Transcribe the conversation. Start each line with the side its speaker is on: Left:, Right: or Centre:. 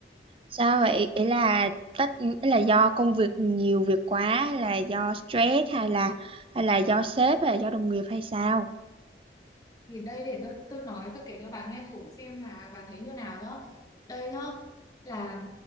Right: Sao vậy? Ý là tất ý là do công việc nhiều việc quá, hay là do stress hay là hay là do sếp hay là do đồng nghiệp hay sao?
Left: thì đây để tôi tôi nói tôi kể cho bà nghe thử xem là bà thấy như nào nhá đây nhá là